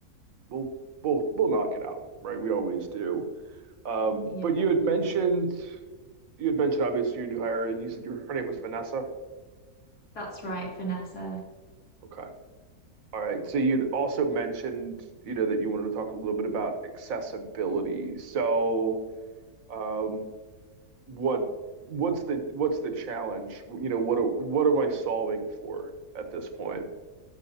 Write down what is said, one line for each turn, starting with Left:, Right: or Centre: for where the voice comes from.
Right: we'll, we'll, we'll knock it out, right? We always do. Um,
Left: yeah,
Right: but you had mentioned, you had mentioned obviously your new hire and you said your, her name was Vanessa.
Left: that's right, Vanessa.
Right: Okay. All right. So you'd also mentioned, you know, that you wanted to talk a little bit about accessibility. So, um, what what's the what's the challenge? You know, what are, what am I solving for at this point?